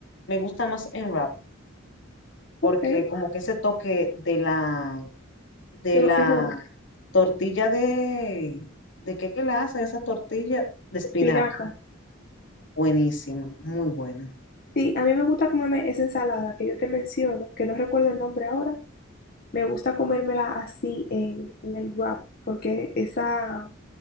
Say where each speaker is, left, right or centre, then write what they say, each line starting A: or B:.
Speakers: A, on the left (about 60°); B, on the left (about 45°).
A: me gusta más en wrap, porque
B: Ok,
A: como que ese toque de la, de
B: yo
A: la
B: los frijoles,
A: tortilla de, ¿de qué que la hacen? Esa tortilla de espinaca,
B: espinaca.
A: buenísima, muy buena.
B: Sí, a mí me gusta comerme esa ensalada que yo te menciono, que no recuerdo el nombre ahora. Me gusta comérmela así en, en el wrap, porque esa,